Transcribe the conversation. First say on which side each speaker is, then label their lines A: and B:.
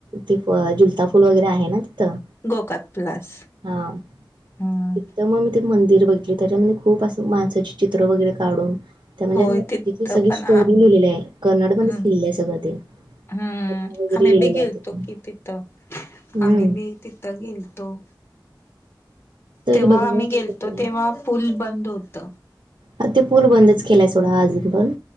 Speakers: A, on the right (about 75°); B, on the left (about 30°).
A: ति जुलता फुल वगैरे आहे ना तिथं.
B: गोकाक प्लास
A: हा
B: ह.
A: तिथं मग मी ते मंदिर बघितले. त्याच्यामध्ये खूप असं माणसाचे चित्र वगैरे काढून त्या म्हणजे
B: होय
A: आता
B: तिथं
A: आधीची सगळी
B: पण
A: स्टोरी
B: आम
A: लिहिलेली आहे. कर्नडमध्येध्येच
B: हम्म
A: लिहिलेलं आहे सगळं ते.
B: हम्म.
A: कथा वगैरे
B: आम्ही
A: लिहिलेल्या
B: बी गेलतो
A: आहेत तिथं.
B: कि तिथं.
A: हम्म
B: आम्ही बी तिथं गेलतो.
A: तो एक
B: तेव्हा
A: बघण्यासारखंच
B: आम्ही गेलतो
A: आहे
B: तेव्हा पूल बंद होत.
A: ह ते पूल बंदच केलाय सोडा अजून पण.